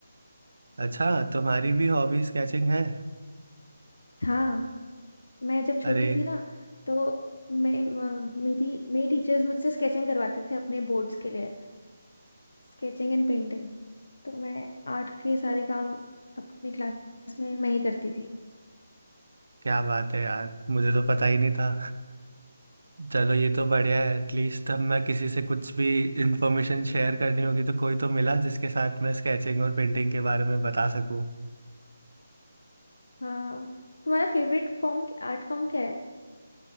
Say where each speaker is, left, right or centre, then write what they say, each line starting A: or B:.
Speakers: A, on the right (about 75°); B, on the left (about 75°).
A: अच्छा तुम्हारी भी हॉबी स्केचिंग है
B: हाँ मैं जब छोटी
A: अरे
B: थी ना तो मैं म- मेरी मेरी टीचर्स मुझसे स्केचिंग करवाते थे अपने बोर्ड्स के लिए Sketching and painting तो मैं आर्ट के सारे काम अपनी क्लास में मैं ही करती थी
A: क्या बात है यार मुझे तो पता ही नहीं था चलो ये तो बढ़िया है एटलीस्ट हम मैं किसी से कुछ भी इंफॉर्मेशन शेयर करनी होगी तो कोई तो मिला जिसके साथ मैं स्केचिंग और पेंटिंग के बारे में बता सकूँ
B: हाँ तुम्हारा फेवरेट फॉर्म आर्ट फॉर्म क्या है